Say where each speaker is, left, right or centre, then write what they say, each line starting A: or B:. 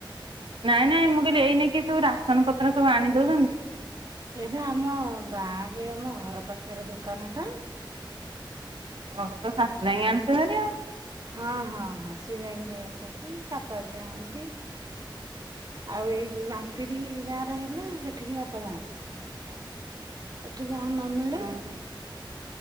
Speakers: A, on the right; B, on the right.
A: ନାଇଁ ନାଇଁ ମୁଁ କହିଲି ଏଇ ନେଇକିଏସବୁ ରାସନ ପତ୍ର ସବୁ ଆଣି ଦଉଛନ୍ତି।
B: ଏବେ ଆମ ଗାଁ ରେ ଆମ ଘର ପାଖରେ ଦୋକାନ ଟା।
A: ଓହ ତୋ ଶାଶୁ ଯାଇ ଆଣୁଥିବେରେ ଆଉ।
B: ହଁ ହଁ ହଁ ସିଏ ଯାଇକି ନେଇ ଆସନ୍ତି ବାପା ବି ଆଣନ୍ତି। ଆଉ ଏଇ ଯୋଉ ମାନ୍ତିରି ଗାଁରେ ହେଲେ ସେଠିକି ବାପା ଯାଆନ୍ତି।
A: <inaudible>
B: ଏଠି ଯାହା ନ ମିଳେ
A: ଓହୋ